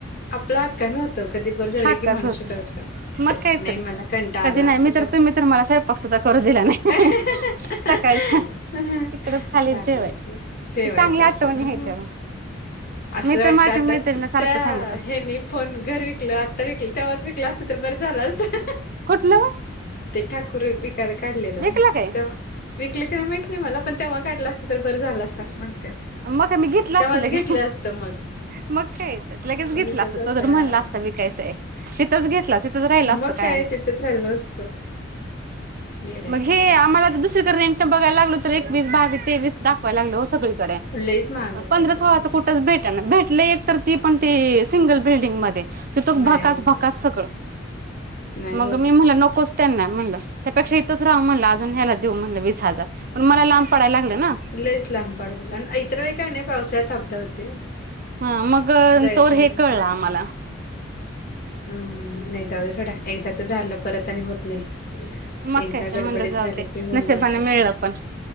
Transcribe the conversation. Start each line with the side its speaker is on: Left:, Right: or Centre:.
Left: आपल हक्कान होत कधी बर झालय
Right: हाकाच
Left: की म्हणून
Right: होता
Left: <unintelligible> करत
Right: मग कायतरी.
Left: नाही मला कंटाळा
Right: कधी नाही
Left: आला असू
Right: मी तर तुम्ही तर मला स्वयंपाक सुद्धा करू दिला नाही.
Left: <unintelligible>
Right: सकाळच्या तिकडं खाली
Left: चालायच
Right: जेवाय
Left: जेवायच
Right: चांगल्या
Left: आपण
Right: आठवणी
Left: हा
Right: आहेत
Left: ना.
Right: त्या.
Left: अस
Right: मी
Left: वाटतय
Right: तर माझ्या
Left: आता
Right: मैत्रिणीला सारखं
Left: त्या
Right: सांगत असते
Left: ह्यांनी फोन घर विकल आत्ता विकल तेव्हाच विकल असत तर बर झाल असत.
Right: कुठल ओ.
Left: ते ठाकूर विकायला काढलेल ओ.
Right: विकला काय?
Left: विकल का नाही माहित नाही मला पण तेव्हा काढल असत तर बर झाल असत अस म
Right: मग काय मी घेतलं
Left: तेव्हाच
Right: असतं लगे
Left: घेतल असत मग.
Right: मग कायेतर लगेच घेतल
Left: उगीचच
Right: असत
Left: आता
Right: तो जर म्हणला असता विकायचय तिथच घेतला तिथच राहिलो
Left: मग
Right: असतो कायमच.
Left: काय तिथंच राहिलं असतं येडय
Right: मग हे
Left: ठाकूर
Right: आम्हाला तर दुसरीकड रेंट बघायला लागलो तर एकवीस बावीस. तेवीस दाखवाय लागल हो सगळीकडे.
Left: लईच महाग. होतं
Right: पंधरा
Left: एकवीस
Right: सोळा
Left: मध्ये
Right: तर कुठच भेटना भेटल एक तर ते पण ते सिंगल बिल्डिंगमध्ये. तिथून
Left: नाही
Right: भकास भकास सगळ
Left: नाही होत
Right: मग मी म्हणल नकोच. त्यांना म्हणल त्यापेक्षा इथच रहा म्हणल अजून ह्याला देऊ म्हणल वीस हजार पण मला लांब पडायला लागल ना.
Left: लईच लांब पडत होत आणि इतर वेळी काही नाही पावसा त्यात अपदा होते हो
Right: ह मग
Left: जायचन
Right: तोवर हे
Left: यायच.
Right: कळलं आम्हाला
Left: हम्म नाही जाऊदे सोडा एकदाच झाल परत आणि होत नाही.
Right: मग
Left: एकदा
Right: कायच म्हणलं
Left: गडबडीत
Right: जाऊ
Left: झाल
Right: दे
Left: की होऊन
Right: नशिबाने
Left: जात.
Right: मिळलं पण.